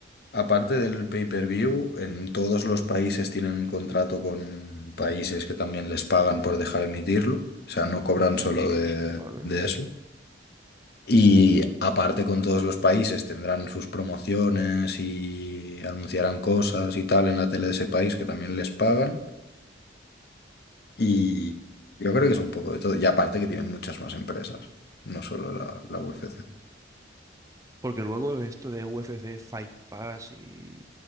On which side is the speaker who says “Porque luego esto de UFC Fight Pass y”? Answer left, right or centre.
Right